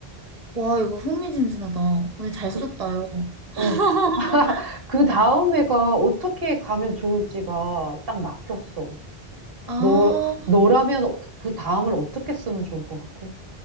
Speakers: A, on the right; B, on the right.
A: 와, 이거 흥미진진하다. 오늘 잘
B: 그,
A: 썼다요. <laughs>
B: 어, 그 다음 애가 어떻게 가면 좋을지가 딱 막혔어.
A: 아,
B: 너, 너라면 어- 그 다음을 어떻게 쓰면 좋을 것 같아?